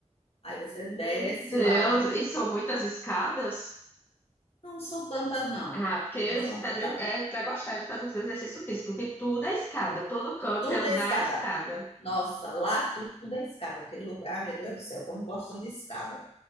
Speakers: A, on the left; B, on the left.
A: Aí você desce
B: Meu Deus,
A: lá.
B: e são muitas escadas?
A: Não são tantas, não.
B: Ah, porque
A: Não são
B: os italianos
A: tantas.
B: é pra gostar de fazer uns exercício físico, que tudo é escada, todo canto
A: Tudo
B: é andar
A: é escada.
B: a escada.
A: Nossa, lá tudo é escada. Aquele lugar, meu Deus do céu, como gostam de escada.